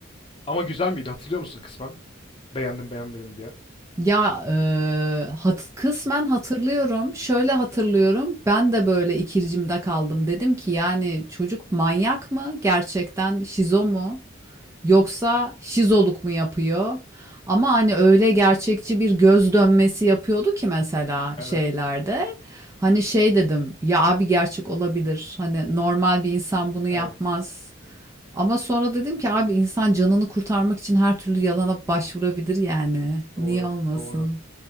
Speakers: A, on the left; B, on the right.
A: Ama güzel miydi hatırlıyor musun kısmen? Beğendim beğenmedim diye.
B: Ya e, hat- kısmen hatırlıyorum. Şöyle hatırlıyorum. Ben de böyle ikircimde kaldım. Dedim ki yani çocuk manyak mı? Gerçekten şizo mu? Yoksa şizoluk mu yapıyor? Ama hani öyle gerçekçi bir göz dönmesi yapıyordu ki mesela
A: Evet.
B: şeylerde. Hani şey dedim ya abi gerçek olabilir. Hani normal bir insan bunu yapmaz.
A: Evet.
B: Ama sonra dedim ki abi insan canını kurtarmak için her türlü yalana başvurabilir yani.
A: Doğru.
B: Niye olmasın?
A: Doğru.